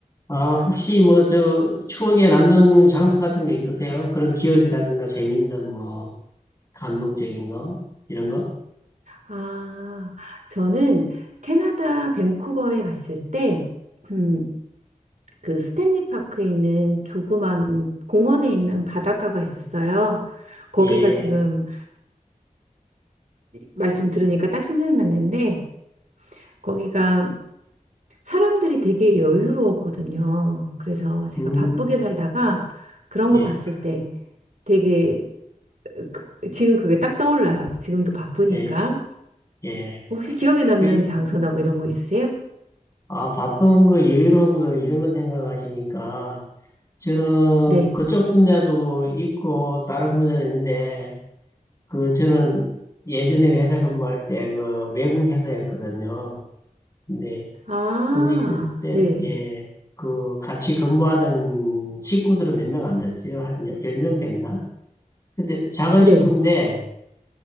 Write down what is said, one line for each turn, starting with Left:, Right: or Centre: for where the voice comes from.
Left: 아, 혹시 뭐, 저, 추억에 남는 장소 같은 거 있으세요? 그런 기억이라든가 재미있는 뭐, 감동적인 거? 이런 거?
Right: 아, 저는 캐나다 밴쿠버에 갔을 때, 음, 그 스탠리 파크에 있는 조그만 공원에 있는 바닷가가 있었어요. 거기가
Left: 예,
Right: 지금 말씀 들으니까 딱 생각났는데, 거기가 사람들이 되게 여유로웠거든요. 그래서 제가
Left: 음,
Right: 바쁘게 살다가 그런 거
Left: 예,
Right: 봤을 때 되게 그- 지금 그게 딱 떠올라요. 지금도 바쁘니까.
Left: 예, 예.
Right: 혹시 기억에 남는
Left: 그,
Right: 장소나 뭐 이런 거 있으세요?
Left: 아, 바쁜 거, 여유로운 거, 이런 거 생각하시니까, 저는
Right: 네.
Left: 그쪽 분야도 있고, 다른 분야도 있는데, 그, 저는 예전에 회사 근무할 때 그 외국 회사였거든요. 근데
Right: 아,
Left: 거기 있을 때,
Right: 네,
Left: 예, 그 같이 근무하던 식구들은 몇 명 안 됐어요. 한 열 명 됐나? 근데 작은
Right: 네,
Left: 식구인데,